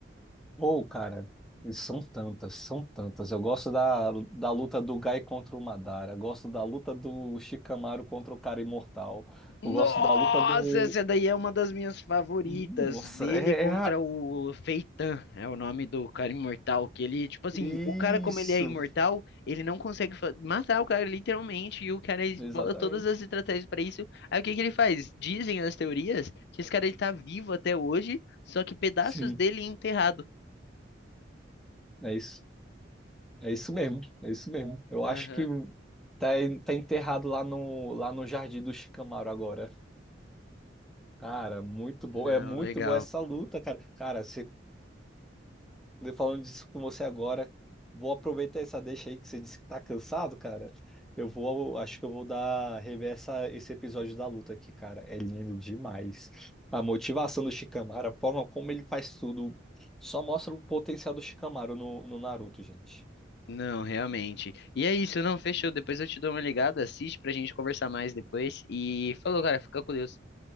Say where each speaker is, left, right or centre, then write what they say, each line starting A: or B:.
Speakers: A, in the centre; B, on the left.
A: Ou, cara, e são tantas, são tantas. Eu gosto da, da luta do Gai contra o Madara, gosto da luta do Shikamaru contra o cara imortal.
B: Nossa,
A: Eu gosto da luta do.
B: essa daí é uma das minhas favoritas.
A: Nossa,
B: Dele
A: é,
B: contra
A: é a-
B: o Feitan, é o nome do cara imortal. Que ele, tipo assim,
A: isso.
B: o cara, como ele é imortal, ele não consegue fa- matar o cara, literalmente. E o cara
A: Exatamente.
B: bola todas as estratégias pra isso. Aí o que que ele faz? Dizem as teorias que esse cara ele tá vivo até hoje, só que pedaços
A: Sim,
B: dele enterrado.
A: é isso. É isso mesmo, é isso mesmo. Eu
B: Aham.
A: acho que tá, en- tá enterrado lá no, lá no jardim do Shikamaru agora. Cara, muito bom.
B: Não,
A: É muito
B: legal.
A: boa essa luta, cara. Cara, de- Falando disso com você agora, vou aproveitar essa deixa aí que você disse que tá cansado, cara. Eu vou, acho que eu vou dar rever essa, esse episódio da luta aqui, cara. É lindo demais. A motivação do Shikamaru, a forma como ele faz tudo, só mostra o potencial do Shikamaru no, no Naruto, gente.
B: Não, realmente. E é isso, não, fechou. Depois eu te dou uma ligada, assiste pra gente conversar mais depois. E falou, cara, fica com Deus.